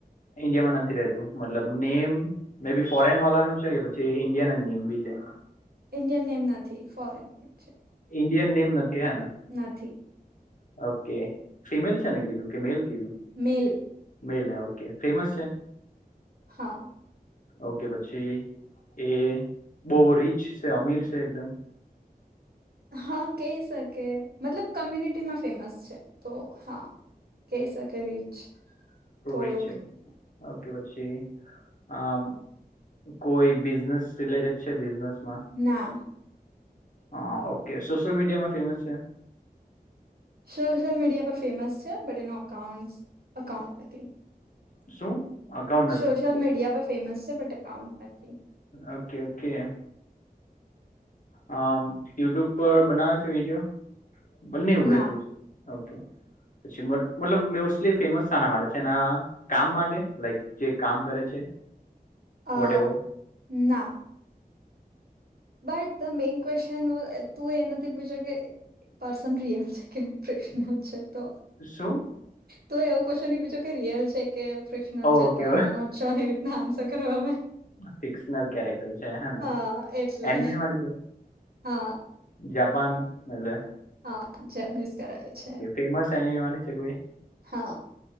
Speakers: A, on the left (about 55°); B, on the right (about 75°).
A: ઇન્ડિયામાં નથી રહેતું મતલબ નેમ? મે બી ફોરેન વાળાનું છે કે પછી ઇન્ડિયન એમ બી છે?
B: ઇન્ડિયન નેમ નથી ફોરેન નેમ છે.
A: ઈન્ડિયન નેમ નથી હેને?
B: નથી
A: ઓકે ફિમેલ છે ને કીધું કે મેલ કીધું?
B: મેલ.
A: મેલને ઓકે ફેમસ છે?
B: હા.
A: ઓકે પછી એ બવ રીચ છે અમીર છે એકદમ?
B: હા કહી શકે, મતલબ કમ્યુનિટીમાં ફેમસ છે તો હા. કઈ શકે રીચ થોડુંક.
A: રીચ છે ઓકે પછી આ કોઈ બિઝનેસ રિલેટેડ છે બિઝનેસ માં?
B: ના.
A: હા ઓકે સોશિયલ મીડિયા માં ફેમસ છે?
B: સોશિયલ મીડિયા પર ફેમસ છે બટ એનું અકાઉન્ટ અકાઉન્ટ નથી.
A: શું અકાઉન્ટ નથી
B: સોશિયલ મીડિયા પર ફેમસ છે બટ અકાઉન્ટ નથી.
A: Okay okay. આ યુટ્યુબ પર બનાવે છે વિડીયો બંને ઉપરે
B: ના
A: છે? ઓકે પછી મતલબ મોસ્ટલી ફેમસ શાના માટે છેને આ કામ માટે, લાઈક જે કામ કરે છે?
B: અ
A: વોટ એવર
B: ના. બટ ધ મેઈન ક્વેશ્ચન તું એ નથી પૂછ્યો કે પર્સન રિયલ છે કે પ્રશનલ છે તો
A: શું?
B: તો એવું કશુ ની પૂછું કે રિયલ છે કે ફિકશનલ
A: ઓકે
B: છે તો આઈમ નોટ શ્યોર એવી રીતના આન્સર કરયો અમે
A: ફિક્શનલ કેરેક્ટર છે હેને.
B: હા એટલે
A: એનિમીળી છે?
B: હા
A: જપાન મેલે?
B: હા ચેપનીઝ કરે છે.
A: ફેમસ એનીમી માને છે કોઈ?
B: હા